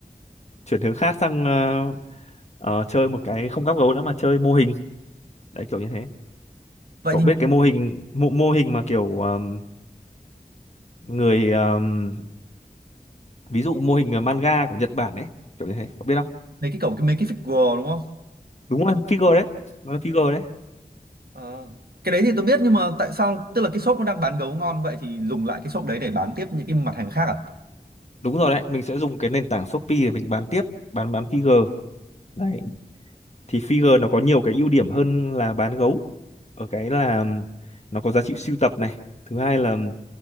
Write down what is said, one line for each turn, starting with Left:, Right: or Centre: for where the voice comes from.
Left: chuyển hướng khác sang ờ, ờ, chơi một cái không gắp gấu nữa mà chơi mô hình đấy kiểu như thế
Right: Vậy
Left: cậu
Right: thì
Left: biết cái mô hình mô, mô hình mà kiểu um, người um, ví dụ mô hình ờ, manga của Nhật Bản ấy kiểu như thế cậu biết không
Right: mấy cái cổng cái mấy cái figure đúng không?
Left: đúng rồi figure đấy nó là figure đấy
Right: Ờ. Cái đấy thì tôi biết nhưng mà tại sao tức là cái shop nó đang bán gấu ngon vậy thì dùng lại cái shop đấy để bán tiếp những cái mặt hàng khác à?
Left: đúng rồi đấy mình sẽ dùng cái nền tảng Shopee để mình bán tiếp bán bán figure đấy thì figure nó có nhiều cái ưu điểm hơn là bán gấu ở cái là um, nó có giá trị sưu tập này thứ hai là um,